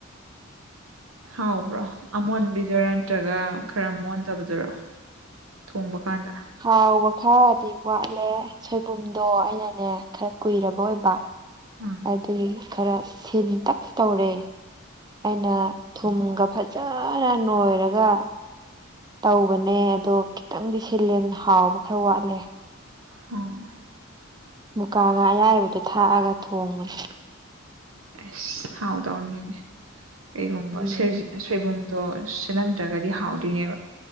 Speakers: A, on the right; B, on the right.
A: ꯍꯥꯎꯕ꯭ꯔꯣ ꯑꯃꯣꯟꯕꯤꯗꯨꯔ ꯅꯠꯇ꯭ꯔꯒ ꯈꯔ ꯃꯣꯟꯗꯕꯗꯨꯔ ꯊꯣꯡꯕ ꯀꯥꯟꯗ
B: ꯍꯥꯎꯕ ꯈꯔꯗꯤ ꯋꯥꯠꯂꯦ ꯁꯣꯏꯕꯨꯝꯗꯣ ꯑꯩꯅꯅꯦ ꯈꯔ ꯀꯨꯏꯔꯕ ꯑꯣꯏꯕ
A: ꯑꯥ
B: ꯑꯗꯨꯒꯤ ꯈꯔ ꯁꯤꯟꯇꯛ ꯇꯧꯔꯦ ꯑꯩꯅ ꯊꯨꯝꯒ ꯐꯖꯅ ꯅꯣꯏꯔꯒ ꯇꯧꯕꯅꯦ ꯑꯗꯣ ꯈꯤꯇꯪꯗꯤ ꯁꯤꯜꯂꯦ ꯑꯗꯨꯅ ꯍꯥꯎꯕ ꯈꯔ ꯋꯥꯠꯂꯦ
A: ꯎꯝ
B: ꯃꯨꯀꯥꯉꯥ ꯑꯌꯥꯏꯕꯗꯣ ꯊꯥꯛꯑꯒ ꯊꯣꯡꯕꯅꯦ
A: ꯑꯩꯁ ꯍꯥꯎ ꯗꯧꯅꯤꯅꯦ ꯀꯩꯒꯨꯝꯕ
B: ꯎꯝ
A: ꯁꯣꯏꯖꯤꯟ ꯁꯣꯏꯕꯨꯝ ꯇꯣ ꯁꯤꯜꯂꯝꯗ꯭ꯔꯒꯗꯤ ꯍꯥꯎꯗꯣꯏꯅꯦꯕ